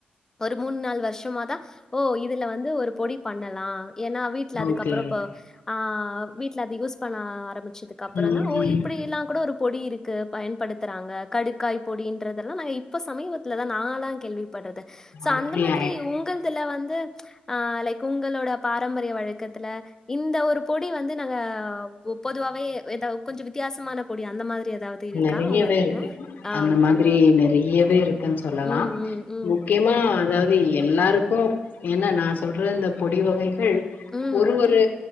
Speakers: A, on the left; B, on the left.
A: ஒரு மூணு நால் வருஷமாதா ஓ இதுல வந்து ஒரு பொடி பண்ணலா ஏன்னா வீட்ல அதுக்கப்புறோ
B: ஓகே
A: இப்போ ஆ வீட்ல அது யூஸ் பண்ண ஆரம்பிச்சதுக்கு அப்புறோ
B: ம்
A: தா ஓ
B: ம்
A: இப்படி எல்லா கூட ஒரு பொடி இருக்கு பயன்படுத்துறாங்க கடுக்காய் பொடின்றதெல்லா நா இப்ப சமீபத் டுல தா நாலா கேள்விப்படுறது சோ
B: அப்படியா
A: அந்த மாதிரி உங்கள்துல வந்து ஆ லைக் உங்களோட பாரம்பரிய வழக்கத்துல இந்த ஒரு பொடி வந்து நாங்க பொதுவாவே ஏதா கொஞ்சோ வித்யாசமான பொடி அந்த மாரி ஏதாவது இருக்கா
B: நெறையவே
A: உங்கதுல?
B: இருக்கு
A: ஆ
B: அந்த
A: ஓகே.
B: மாதிரி நெறையவே இருக்குன் சொல்லலா
A: ம்,
B: மு
A: ம், ம்.
B: முக்கியமா அதாவது எல்லாருக்கு ஏன்னா நா சொல்ற இந்த பொடி வகைகள்
A: ம்
B: ஒரு ஒரு